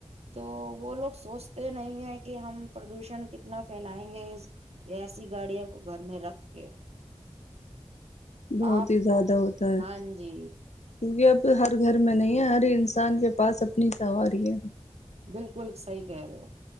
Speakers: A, on the right; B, on the left.
A: تو وہ لوگ سوچتے نہیں ہے کہ ہم پردوشن کتنا پھیلائیں گے ایسی گاڑیاں کو گھر میں رکھ کے
B: بہت
A: آپ
B: ہی زیادہ ہوتا ہے
A: ہاں جی
B: کیونکہ اب ہر گھر میں نہیں ہے ہر انسان کے پاس اپنی سواری ہے
A: بالکل صحیح کہہ رہے ہو